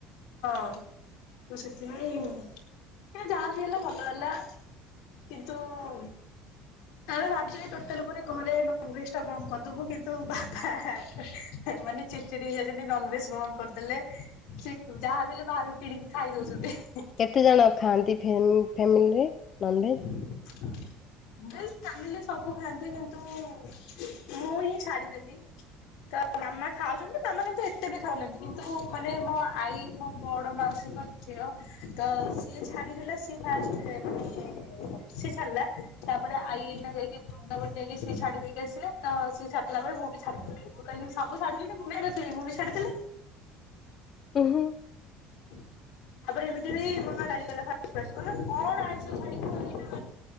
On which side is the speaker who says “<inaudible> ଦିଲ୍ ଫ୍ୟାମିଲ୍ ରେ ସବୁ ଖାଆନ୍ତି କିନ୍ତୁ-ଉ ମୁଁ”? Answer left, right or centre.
Left